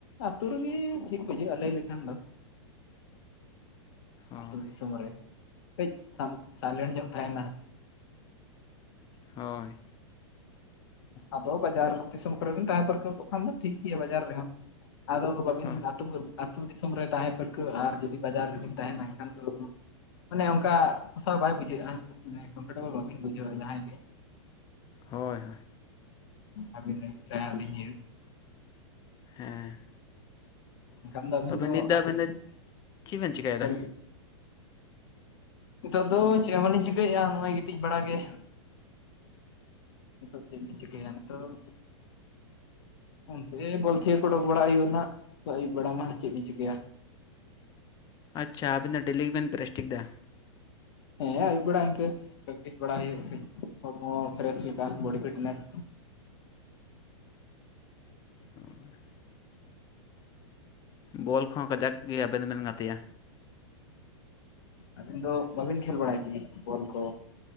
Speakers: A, on the left; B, on the left.
A: ᱟᱛᱩ ᱨᱮᱜᱮ ᱴᱷᱤᱠ ᱵᱩᱡᱷᱟᱹᱜᱼᱟ ᱞᱟᱹᱭ ᱞᱮᱠᱷᱟᱱ ᱫᱚ᱾
B: ᱦᱳᱭ
A: ᱟᱛᱩ ᱫᱤᱥᱚᱢ ᱨᱮ ᱠᱟᱹᱡᱽ ᱥᱟᱱ ᱥᱟᱭᱞᱮᱱᱴ ᱧᱚᱸᱜ ᱛᱟᱦᱮᱱᱟ᱾
B: ᱦᱳᱭ᱾
A: ᱟᱫᱚ ᱵᱟᱡᱟᱨ ᱫᱤᱥᱚᱢ ᱠᱚᱨᱮ ᱵᱤᱱ ᱛᱟᱦᱮᱸ ᱯᱟᱹᱨᱠᱟᱹᱣ ᱠᱚᱜ ᱠᱷᱟᱱ ᱫᱚ ᱴᱷᱤᱠ ᱜᱮᱭᱟ ᱵᱟᱡᱟᱨ ᱨᱮᱦᱚᱸ᱾ ᱟᱫᱚ ᱵᱚ ᱵᱟᱵᱤᱱ
B: ᱦᱳᱭ
A: ᱟᱛᱩ ᱠᱚ <inaudible> ᱛᱩ ᱫᱤᱥᱚᱢ ᱨᱮ ᱛᱟᱦᱮᱸ ᱯᱟᱹᱨᱠᱟᱹᱣ ᱟᱨ ᱡᱩᱫᱤ ᱵᱟᱡᱟᱨ ᱨᱮᱵᱤᱱ ᱛᱟᱦᱮᱱᱟ ᱮᱱᱠᱷᱟᱱ ᱫᱚ ᱢᱟᱱᱮ ᱚᱝᱠᱟ ᱯᱚᱥᱟᱣ ᱵᱟᱭ ᱵᱩᱡᱷᱟᱹᱜᱼᱟ ᱢᱟᱱᱮ ᱠᱚᱢᱯᱷᱴᱮᱵᱚᱞ ᱵᱟᱹᱵᱤᱱ ᱵᱩᱡᱷᱟᱹᱣᱟ ᱡᱟᱦᱟᱸᱭ ᱜᱮ᱾
B: ᱦᱳᱭ ᱦᱳᱭ᱾
A: ᱟᱵᱤᱱ <unintelligible>
B: ᱦᱮᱸ᱾
A: ᱮᱱᱠᱷᱟᱱ ᱫᱚ ᱟᱹᱵᱤᱱ
B: ᱛᱚᱵᱮ ᱱᱤᱛ ᱫᱚ
A: ᱟᱹᱛᱩ
B: ᱟᱵᱤᱱ
A: ᱫᱤᱥᱚᱢ
B: ᱫᱚ ᱪᱮᱜ ᱵᱤᱱ ᱪᱮᱠᱟᱭᱫᱟ?
A: ᱪᱟᱹᱞ᱾ ᱧᱤᱛᱚᱜ ᱫᱚ ᱪᱮᱜ ᱦᱚᱸ ᱵᱟᱹᱞᱤᱧ ᱪᱤᱠᱟᱹᱭᱮᱜᱼᱟ ᱱᱚᱜᱼᱚᱭ ᱜᱤᱛᱤᱡ ᱵᱟᱲᱟ ᱜᱮ᱾ ᱱᱤᱛᱚᱜ ᱪᱮᱜ ᱵᱤᱱ ᱪᱤᱠᱟᱭᱟ ᱱᱤᱛᱚᱜ? ᱚᱱᱛᱮ ᱵᱚᱞ ᱡᱷᱮ ᱠᱚ ᱚᱰᱩᱠ ᱵᱟᱲᱟ ᱦᱩᱭᱩᱜᱼᱟ ᱱᱟᱦᱜ ᱛᱚ ᱟᱹᱭᱩᱵ ᱵᱮᱲᱟ ᱢᱟ ᱪᱮᱜ ᱵᱤᱱ ᱪᱤᱠᱟᱹᱭᱟ?
B: ᱟᱪᱪᱷᱟ ᱟᱵᱤᱱ ᱫᱚ ᱰᱮᱞᱤ ᱜᱮᱵᱮᱱ ᱯᱨᱮᱥᱴᱷᱤᱠᱫᱟ?
A: ᱦᱮᱸ ᱟᱹᱭᱩᱵ ᱵᱮᱲᱟ ᱤᱝᱠᱟᱹ ᱯᱨᱮᱠᱴᱤᱥ ᱵᱟᱲᱟ ᱦᱩᱭᱩᱜᱼᱟ ᱠᱟᱹᱡ ᱦᱚᱲᱢᱚ ᱯᱷᱨᱮᱥ ᱞᱮᱠᱟ ᱵᱚᱰᱤ ᱯᱷᱤᱴᱱᱮᱥ᱾
B: <inaudible> ᱵᱚᱞ ᱠᱚᱦᱚᱸ ᱠᱟᱡᱟᱠ ᱜᱮ ᱟᱵᱮᱱ ᱫᱚᱵᱮᱱ ᱜᱟᱛᱮᱜ-ᱟ᱾
A: ᱟᱹᱵᱤᱱ ᱫᱚ ᱵᱟᱹᱵᱤᱱ ᱠᱷᱮᱞ ᱵᱟᱲᱟᱭ ᱜᱮᱭᱟ ᱵᱚᱞ ᱠᱚ,